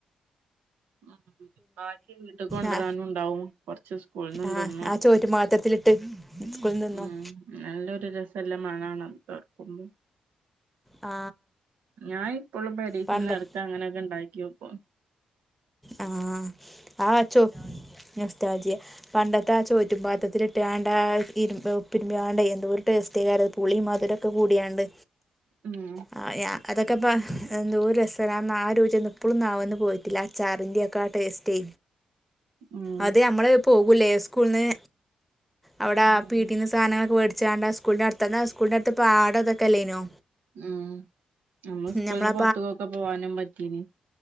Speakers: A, on the right (about 70°); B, in the centre.
A: <inaudible> ഉ ബാക്കി വീട്ടിൽ കൊണ്ടുവരാനും
B: ആ
A: ഉണ്ടാവും കൊറച്ച് സ്കൂളിൽ നി
B: ആ
A: തിന്നും
B: ആ ചോറ്റുപാത്രത്തിലിട്ട് സ്കൂളിൽ നിന്നും
A: ഉ നല്ലൊരു രസ സ്ഥല്ലമാണണ തോർക്കുമ്പോ
B: ആ
A: ഞായി ഇപ്പോളും പെരീക്ക്
B: പണ്ട
A: നടക്കാ അങ്ങനെ ഒക്കെ ഉണ്ടാക്കി നോക്കും
B: ആഹ് ആഹ് അച്ചോ നൊസ്റ്റൾജിയ പണ്ടത്തെ ആ ചോറ്റും പാത്രത്തില ഇട്ടാണ്ട ഇരുമ്പ ഉപ്പിരുമ്പാണ്ട് എന്തോ ടെസ്റ്റയിരുന്നു പുളി മധുരം ഉപ്പ് കൂടിയാണ്ട്
A: ഉം
B: ആ ഞാ അതൊക്കെ ഇപ്പ ന എന്തൊരു രസ ആ രുചി നി ഇപ്പളുംന്ന വന്ന് പോയിട്ട് ചാറിന്റെ ഒക്കെ ആ ടേസ്റ്റ്
A: ഉം
B: അത് നമ്മള് പോ കുലെ സ്കൂളന്ന് അവിടെ
A: ഉം
B: പീടിന്ന് സാധനങ്ങളൊക്കെ വെ ചോണ്ടാകൂളി അടുന്ന് സ്കൂൾ ന്റെ അടുത്ത് പാട അതൊകെ അല്ലേനോ
A: ഉം നമ്മള് സ്കൂളിന്റെ
B: നമ്മളാ
A: പുത്തുകൊക്കെ പോവാനും പറ്റീനി